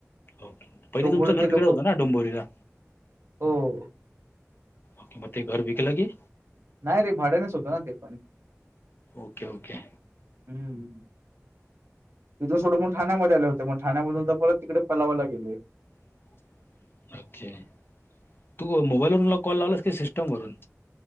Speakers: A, on the left; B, on the right.
A: ओके पहिले
B: त्यामुळे
A: तुमचं घर
B: ते
A: तिकडे
B: लोक
A: होतं ना डोंबिवलीला
B: हो
A: ओके मग ते घर विकला की?
B: नाही रे भाड्यानेच होतं ना ते पण.
A: Okay okay.
B: हम्म तिथून सोडून म ठाण्यामध्ये आले होते मग ठाण्यामधून तर परत तिकडे पलावाला गेले.
A: <unintelligible> ओके, तू मोबाईल वरुण मला कॉल लावलास कि सिस्टम वरून?